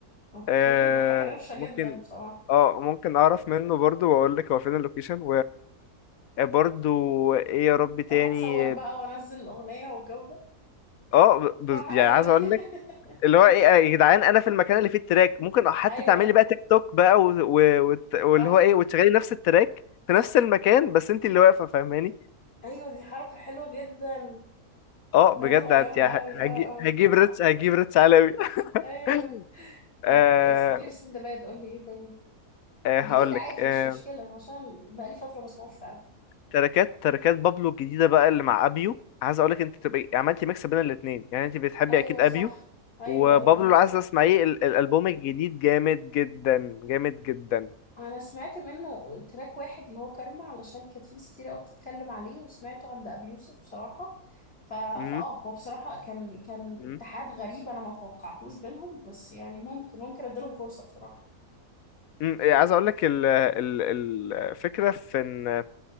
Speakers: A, on the left; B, on the left.
A: أوكي
B: أه
A: دي حاجة روشة جدا
B: ممكن
A: بصراحة
B: اه ممكن اعرف منه برضو واقول لك هو فين اللوكيشن وبرضو ايه يا رب تاني
A: أروح أتصور بقى وأنزل الأغنية والجو ده
B: اه ب- بز-
A: صح ايوه
B: يعني عايز اقول لك
A: <laughs>
B: اللي هو ايه آه، يا جدعان انا في المكان اللي فيه التراك ممكن حتى
A: ايوه
B: تعملي
A: ايوه
B: بقى تيك توك بقى و... و... وت- واللي
A: صح
B: هو ايه وتشغلي نفس التراك في نفس المكان بس انت اللي واقفه فاهماني
A: ايوه دي حركة حلوة جدا
B: اه بجد
A: ده هتبقى
B: هت...
A: جامدة
B: يعني
A: قوي اه
B: هجي...
A: اه
B: هجيب ريتش هجيب ريتش عالمي
A: ايوه
B: <laughs>
A: طب
B: آه...
A: ت- غير سندباد قول لي ايه تاني
B: آه هقول
A: جديد عادي
B: لك آه...
A: مش مشكلة عشان بقالي فترة بسمعوش فعلا
B: تراكات تراكات بابلو الجديده بقى اللي مع ابيو عايز اقول لك انت تبقى عملتي ميكس بين الاثنين يعني انت بتحبي
A: ايوه
B: اكيد
A: صح
B: ابيو
A: ايوه
B: وبابلو
A: ايوه ايوه
B: اللي عايز اسمعيه ال- الالبوم الجديد جامد جدا جامد جدا
A: انا سمعت منه تراك واحد اللي هو كارما علشان كانت في ناس كتير قوي بتتكلم عليه وسمعته عند ابي يوسف بصراحة ف...
B: امم
A: فاه هو بصراحة كان كان
B: إمم.
A: اتحاد غريب انا ما توقعتوش بينهم بس يعني ممكن ممكن اديلهم فرصة بصراحة
B: مم، إيه، عايز اقول لك ال ال الفكره في ان